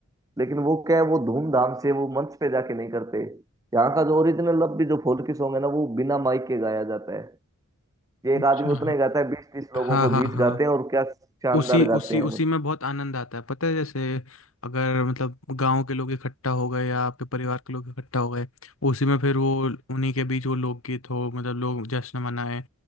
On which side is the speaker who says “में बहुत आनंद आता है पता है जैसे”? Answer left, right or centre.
Left